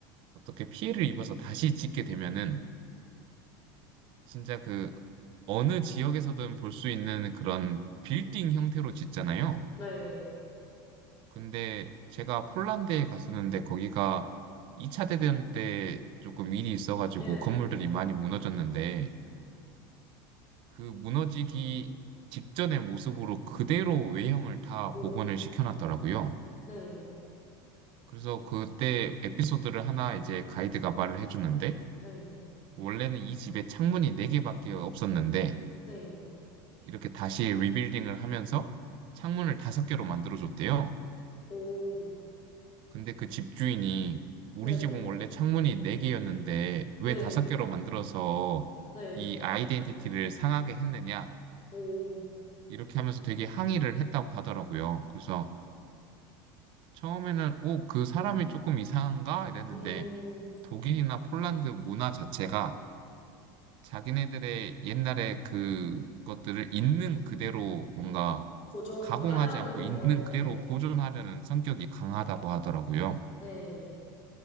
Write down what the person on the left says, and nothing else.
네,
예,
오,
네,
네,
네,
오,
네,
네,
네,
네,
오,
음, 음.
보존하려는
거,
네,
네,